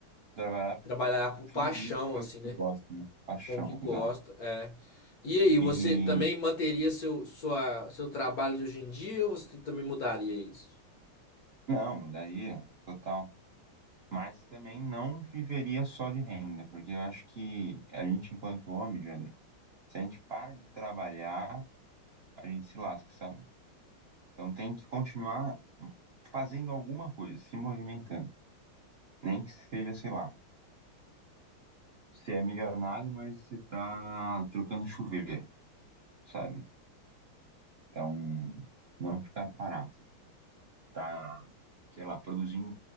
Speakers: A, on the right; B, on the left.
A: Trabalhar
B: e trabalhar por
A: finalmente
B: paixão,
A: pelo
B: assim, né?
A: que gosta, né? Paixão,
B: Com o que gosta.
A: exato.
B: É. E aí,
A: E
B: você também manteria seu, sua, seu trabalho de hoje em dia ou você também mudaria isso?
A: não, mudaria total. Mas também não viveria só de renda, porque eu acho que a gente, enquanto homem, Jandro, se a gente para de trabalhar, a gente se lasca, sabe? Então tem que continuar fazendo alguma coisa, se movimentando. Nem que seja, sei lá, você é milionário, mas você tá trocando chuveiro, sabe? Então, não ficar parado. Tá, sei lá, produzindo